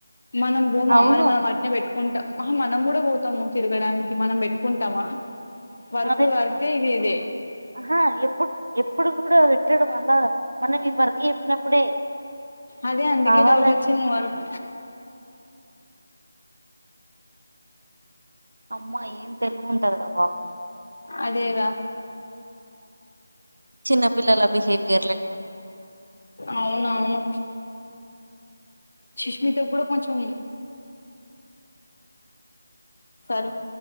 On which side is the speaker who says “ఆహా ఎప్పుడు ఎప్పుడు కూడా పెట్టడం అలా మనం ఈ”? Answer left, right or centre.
Right